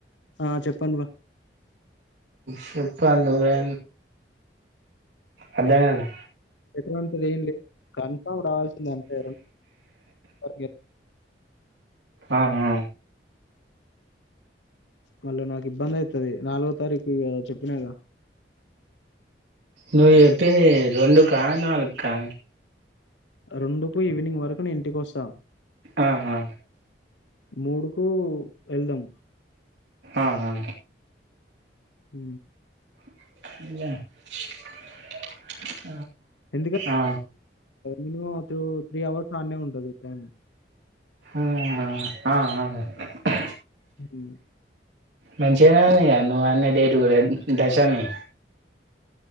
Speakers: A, on the left; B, on the right.
A: ఆ చెప్పు అన్న.
B: చెప్పాలే నువ్వే అర్ధం కాలే.
A: ఎటువంటిది ఏం లేదు కన్ఫామ్ రావాల్సింది అంతే. అ
B: ఆహా
A: మళ్ళ నాకు ఇబ్బంది అవుతది నాలుగో తారీఖు చేపినగా.
B: నువ్వు చెప్పింది రెండు కా నాలుగు కా,
A: రెండుకు ఈవినింగ్ వరకు నేను ఇంటికి వస్తా.
B: ఆ ఆ
A: మూడుకు వెళ్దాం.
B: ఆ ఆ
A: హ
B: <inaudible>
A: ఎందుక
B: ఆ ఆ
A: మినిమమ్ టు త్రీ హావర్స్ ఆడానే ఉంటంది ట్రేన్
B: ఆ ఆ అ
A: ఉం
B: మంచిగానే ఉంది కదా నువ్వు అన్న డేట్ కూడా, దశమి